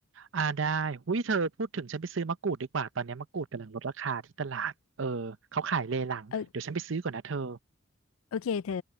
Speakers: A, on the right; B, on the left.
A: อ่าได้หุ้ยเธอพูดถึงฉันไปซื้อมะกรูดดีกว่าตอนนี้มะกรูดกำลังลดราคาที่ตลาดเออเขาขายเลหลังเดี๋ยวฉันไปซื้อก่อนนะเธอ
B: เออโอเคเธอ